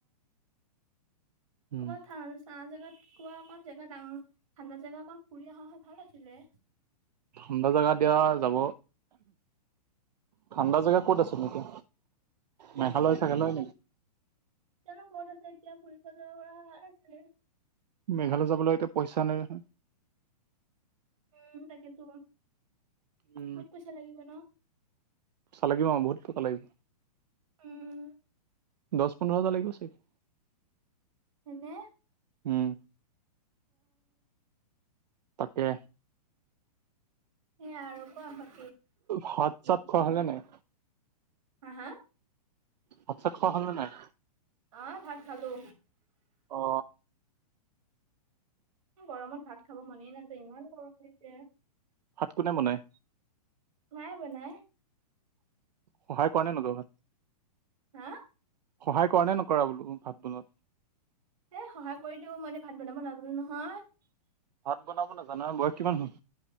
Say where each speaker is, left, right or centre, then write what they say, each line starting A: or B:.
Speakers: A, on the right (about 80°); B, on the right (about 55°).
A: উম
B: কমাত চাহ জগাত। কা অকন জেগা ডাঙৰ ঠাণ্ডা জেগা অকন ফুৰি অহা হয় ভাল আছিলে।
A: ঠাণ্ডা জাগা দিয়া যাব। ঠাণ্ডা জেগা ক'ত আছে নেকি? মেঘালয়
B: তেওঁনো
A: চেঘালয়
B: কৰ তেওঁনো ক'ৰ আছেতিয়াপুৰি। ম হাল আছিল ন।
A: মেঘালয় যাবলৈে এতিয়া পইচা নাই নহয়।
B: উম তাকেতো
A: উম
B: কত পইচা লাগিব ন।
A: পইচা লাগিব বহুত টকা লাগিব।
B: উম।
A: দহ পোন্ধৰ হাজাৰ লাগিব চাগে।
B: সেইতি
A: হম। তাকে
B: সেয়া আৰু কোৱা হয়।
A: ভাত চাত খোৱা হলে নাই
B: হা হা।
A: ভাতছাত খোৱা হ'ল নে নাই।
B: আহ ভাত খালো।
A: অ।
B: গৰমত ভাত খাব মনেই নাযায় ইমান গৰম দিছে।
A: ভাত কোনে বনায়?
B: মাই বনায়।
A: সহায় কৰা নে নাই তুমি?
B: হা
A: সহায় কৰা নে নকৰা বোলো ভাত বনোৱাত?
B: এ সহায় কৰি দিও মই এনেই ভাত বনাব নাজানো নহয়।
A: ভাত বনাব নাজানো বয়স কিমান হল?